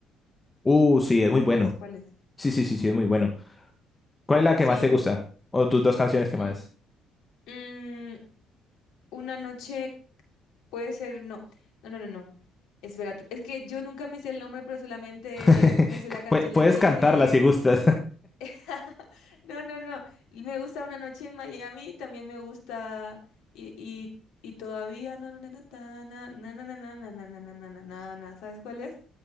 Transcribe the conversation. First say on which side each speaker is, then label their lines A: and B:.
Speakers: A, on the left; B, on the left.
A: Uh, sí, es muy bueno.
B: ¿Sabes cuál es?
A: Sí, sí, sí, sí, es muy bueno. ¿Cuál es la que
B: Sí.
A: más te gusta? O tus dos canciones que
B: mm,
A: más.
B: mm, una noche puede ser, no, no, no, no, no. Espera, es que yo nunca me sé el nombre, pero solamente
A: <laughs>
B: me sé la canción
A: Pu- Puedes
B: la que dice...
A: cantarla si gustas.
B: <laughs> No, no, no. Y me gusta una noche en Miami, también me gusta y, y, y todavía no, no, no, no, no, no, no, no, no, no, no, no, no, no, no, no, no, ¿sabes cuál es?